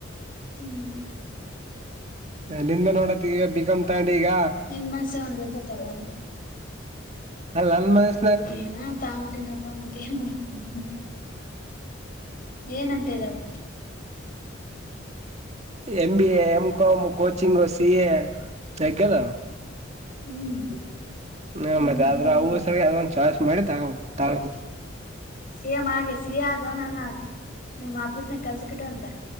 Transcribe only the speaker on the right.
ನಿಂದೆ ನೋಡತಿಗ ಬಿಕಂ ತಗಂಡಿ ಈಗ.
ಅಲ್ಲ ನನ್ ಮನ್ಸ್.
M B A M com coaching C A ಜಗ್ಗದವು.
ಹ್ಮ
ಮತ್ತೆ ಆದ್ರ ಅವು <unintelligible> ಅದ್ ಚಾಯ್ಸ್ ಮಾಡಿ. <unintelligible>